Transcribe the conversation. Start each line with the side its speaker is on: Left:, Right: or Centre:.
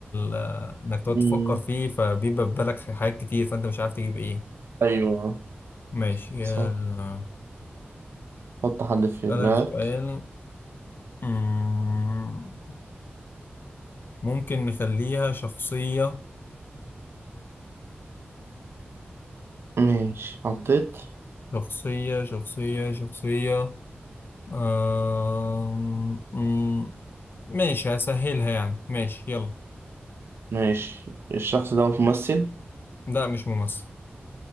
Left: آه، انك تقعد
Right: مم.
Left: تفكر فيه فبيبقى في بالك حاجات كتير فانت مش عارف تجيب ايه
Right: ايوه
Left: ماشي
Right: صح
Left: آه،
Right: حط حد في
Left: اسالك
Right: دماغك
Left: سؤال مم، ممكن نخليها شخصيه
Right: ماشي حطيت
Left: شخصيه شخصيه شخصيه آم، مم، ماشي هسهلها يعني ماشي يلا
Right: ماشي الشخص ده ممثل
Left: لا مش ممثل